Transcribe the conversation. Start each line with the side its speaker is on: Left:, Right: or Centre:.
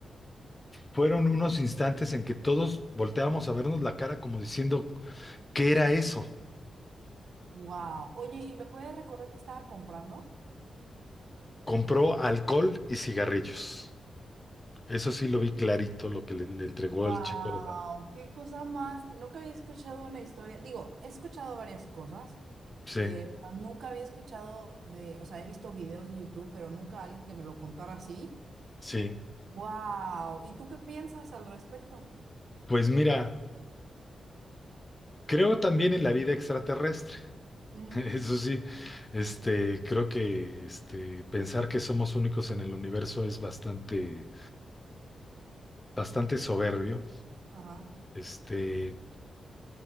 Left: Fueron unos instantes en que todos volteábamos a vernos la cara como diciendo, ¿qué era eso?
Right: Wow. Oye, ¿y me puedes recordar que estaba comprando?
Left: Compró alcohol y cigarrillos. Eso sí lo vi clarito, lo que le, le entregó
Right: Wow,
Left: el chico de la...
Right: qué cosa más. Nunca había escuchado una historia. Digo, he escuchado varias cosas,
Left: Sí,
Right: eh, pero nunca había escuchado de, o sea, he visto videos de YouTube, pero nunca alguien que me lo contara así.
Left: sí.
Right: Wow. ¿Y tú qué piensas al respecto?
Left: Pues mira, creo también en la vida extraterrestre.
Right: Ujú,
Left: <laughs> Eso sí, este, creo que este, pensar que somos únicos en el universo es bastante, bastante soberbio.
Right: Ajá,
Left: Este,